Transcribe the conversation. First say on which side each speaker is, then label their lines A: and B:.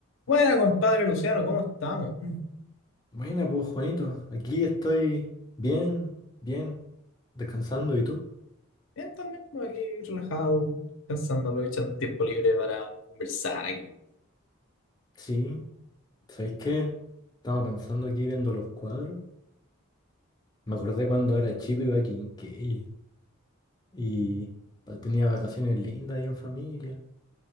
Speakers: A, on the left; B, on the left.
A: Buena, compadre Luciano, ¿cómo estamos? Mm,
B: Buena, pues Juanito, aquí estoy bien, bien, descansando. ¿Y tú?
A: Bien, también por aquí relajado, pensando, aprovechando el tiempo libre para conversar aquí. O
B: Sí, ¿sabéis qué? Estaba pensando aquí viendo los cuadros. Me acordé cuando era chico iba a Quinquegui y pa- tenía vacaciones lindas ahí en familia,